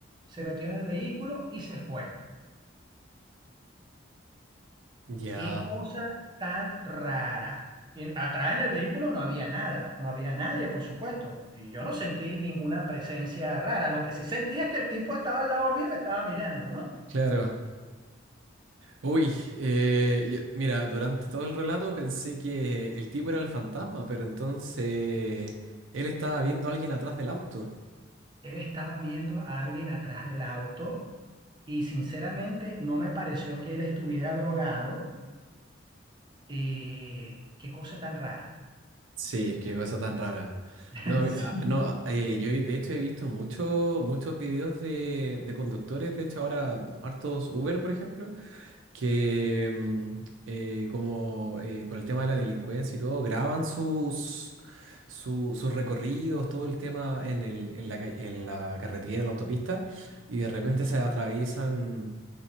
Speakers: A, on the right; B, on the right.
A: se metió en el vehículo y se fue.
B: ya,
A: Qué cosa tan rara. En- atrás en el vehículo no había nada, no había nadie, por supuesto. Y yo no sentí ninguna presencia rara. Lo que sí sentí es que el tipo estaba al lado mío y me estaba mirando, ¿no?
B: claro. Uy, eh, yo- mira, durante todo el relato pensé que el tipo era el fantasma, pero entonces él estaba viendo a alguien atrás del auto.
A: Él estaba viendo a alguien atrás del auto y sinceramente no me pareció que él estuviera drogado. Eh, qué cosa tan rara.
B: Sí, qué cosa tan rara.
A: <laughs>
B: No, a mí-
A: Sí.
B: a- no eh, yo de hecho he visto mucho- muchos videos de, de conductores, de hecho ahora hartos Uber, por ejemplo, que mm, eh, como eh, por el tema de la delincuencia y todo, graban sus, su- sus recorridos, todo el tema en el, en la, ca- en la carretera, en la autopista, y de repente se atraviesan,